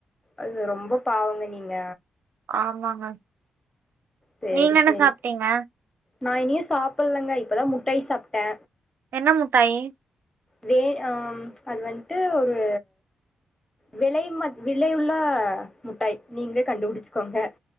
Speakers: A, on the left; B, on the right.
A: அது ரொம்ப பாவங்க நீங்க
B: ஆமாங்க
A: சேரி
B: நீங்க என்ன
A: சேரி
B: சாப்ட்டீங்க?
A: நா இனியு சாப்புல்லேங்க. இப்போதா முட்டாய் சாப்ட்டே
B: என்ன முட்டாயி
A: வே அ அது வந்டு ஒரு விலை ம விலையுள்ள முட்டாய். நீங்களே கண்டுபுடிச்சுக்கோங்க